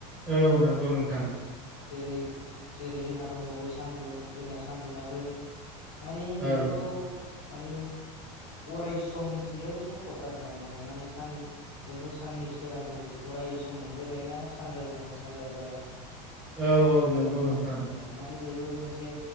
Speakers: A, in the centre; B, on the left.
A: औ नंगौ नोंथां
B: जेरै जेरै जोंहा दंबावो सान्दुं जोंहा सान्दुंआो माने बेथ'
A: औ
B: माने अरायसम मिथिंगायारि सम्फद आरोना नोंथां मानि सान जोंथ' साननि सोरांखौ अराय सम मोनबाय थायोना सानजाब्लानो सानजाब्लानो
A: औ औ नंगौ नोंथां
B: माने बेबो मोनसे